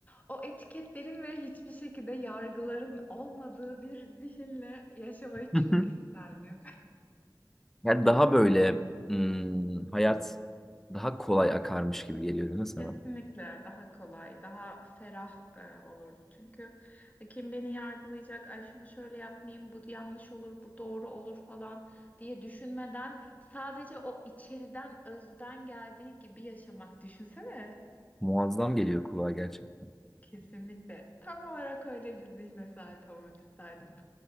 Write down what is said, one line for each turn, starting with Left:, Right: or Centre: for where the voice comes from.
Left: O etiketlerin ve hiçbir şekilde yargıların olmadığı bir zihinle yaşamayı
Centre: <laughs>
Left: çok isterdim.
Centre: Yani daha böyle hmm, hayat daha kolay akarmış gibi geliyor değil mi sana?
Left: Kesinlikle daha kolay, daha ferah e, olurdu. Çünkü kim beni yargılayacak, ay şunu şöyle yapmayayım, bu yanlış olur, bu doğru olur falan diye düşünmeden sadece o içeriden, özden geldiği gibi yaşamak düşünsene.
Centre: Muazzam geliyor kulağa gerçekten.
Left: Kesinlikle. Tam olarak öyle bir zihne sahip olmak isterdim.